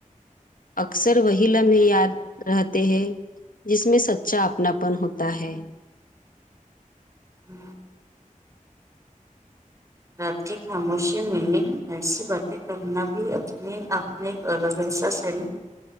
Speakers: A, on the left (about 80°); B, on the right (about 20°).
A: اکثر وہی لمحے یاد رہتے ہیں جس میں سچا اپناپن ہوتا ہے
B: ہ رات خاموشی میں ایسی باتیں کرنا بھی اپنے آپ نہیں کر رہ ا ساس ہے نا